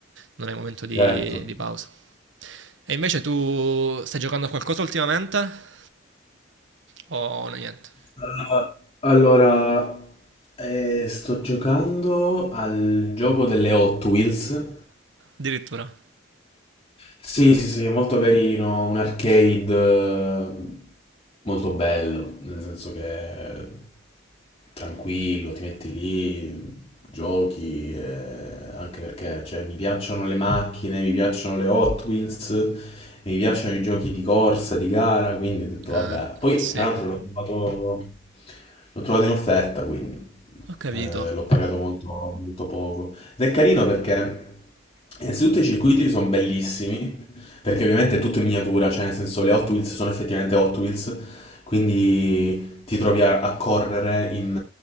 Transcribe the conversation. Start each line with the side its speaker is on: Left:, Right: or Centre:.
Right: non è momento di,
Left: Certo.
Right: di pausa. E invece tu stai giocando a qualcosa ultimamente o no, niente?
Left: Eh, allora, eh, sto giocando al gioco delle Hot Wheels.
Right: Addirittura.
Left: Sì, sì, sì, è molto carino, un arcade eh, molto bello, nel senso che è tranquillo, ti metti lì, giochi, eh, anche perché cioè, mi piacciono le macchine, mi piacciono le Hot Wheels, e mi piacciono i giochi di corsa, di gara, quindi ho detto
Right: Ah,
Left: vabbè. Poi
Right: eh sì,
Left: tra
Right: ho
Left: l'altro l'ho trovato, l'ho trovato in offerta, quindi
Right: capito.
Left: eh, l'ho pagato molto, molto poco. Ed è carino perché innanzitutto i circuiti sono bellissimi, perché ovviamente è tutto in miniatura, cioè nel senso le Hot Wheels sono effettivamente Hot Wheels, quindi ti trovi a, a correre in,